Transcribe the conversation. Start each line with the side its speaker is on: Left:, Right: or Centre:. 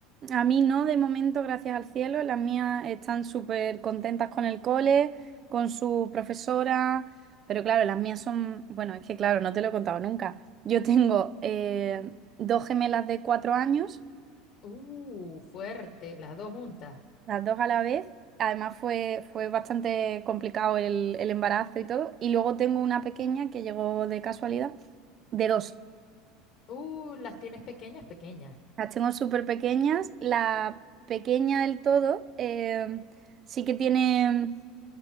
Right: A mí no, de momento, gracias al cielo. Las mías están súper contentas con el cole, con su profesora, pero claro, las mías son, bueno, es que claro, no te lo he contado nunca. Yo tengo eh, dos gemelas de cuatro años.
Left: Uh, fuerte, las dos juntas.
Right: Las dos a la vez. Además fue, fue bastante complicado el, el embarazo y todo. Y luego tengo una pequeña que llegó de casualidad, de dos.
Left: Uh, las tienes pequeñas, pequeñas.
Right: Las tengo súper pequeñas. La pequeña del todo eh, sí que tiene,